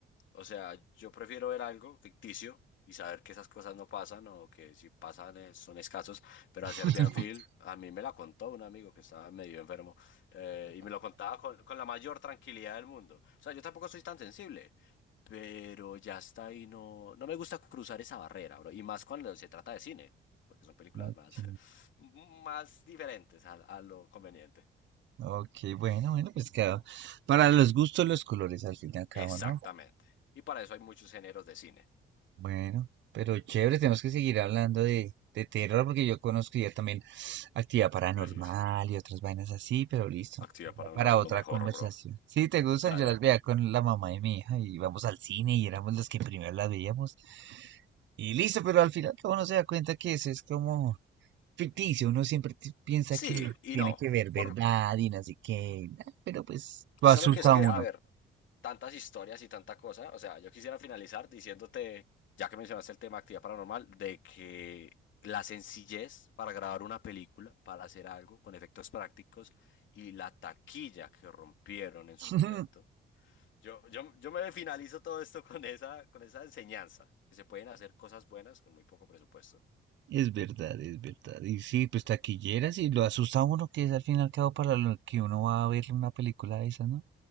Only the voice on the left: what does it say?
O sea, yo prefiero ver algo ficticio y saber que esas cosas no pasan o que si pasan eh, son escasos. Pero
a Serbian Film, a mí me la contó un amigo que estaba medio enfermo eh, y me lo contaba con, con la mayor tranquilidad del mundo. O sea, yo tampoco soy tan sensible, pero ya está ahí. No, no me gusta cruzar esa barrera, bro. Y más cuando se trata de cine, porque son películas
más, <laughs> más diferentes a a lo conveniente.
Exactamente.
Y para eso hay muchos géneros de cine.
Uy, sí, es-
actividad
paranormal
es lo mejor,
bro.
<laughs>
Dale.
Sí,
y
no.
Por...
Solo
que es que,
a ver, tantas historias y tanta cosa. O sea, yo quisiera finalizar diciéndote, ya que mencionaste el tema actividad paranormal, de que la sencillez para grabar una película, para hacer algo con efectos prácticos y la taquilla que rompieron en su
momento. Yo, yo, yo me finalizo todo esto con esa, con esa enseñanza, que se pueden hacer cosas buenas con muy poco presupuesto.